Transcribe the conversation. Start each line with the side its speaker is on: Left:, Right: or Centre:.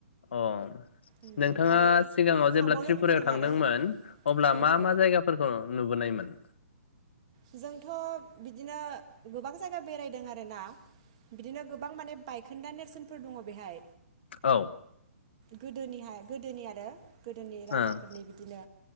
Left: अ
Right: ओमफ्रायो
Left: नोंथाङा सिगाङाव
Right: थांबावनो
Left: जेब्ला त्रिपुरायाव
Right: लुगैदों
Left: थांदोंमोन
Right: आरो
Left: अब्ला
Right: औ
Left: मा
Right: औ
Left: मा जायगाफोरखौ नुबोनायमोन?
Right: जोंथ' बिदिनो गोबां जायगा बेरायदों आर ना बिदिनो गोबां माने बायखोन्दा नेरसोनफोर दङ बेहाय
Left: औ
Right: गोदोनिहाय गोदोनि आरो गोदोनि राजाफोरनि
Left: ओं
Right: बिदिनो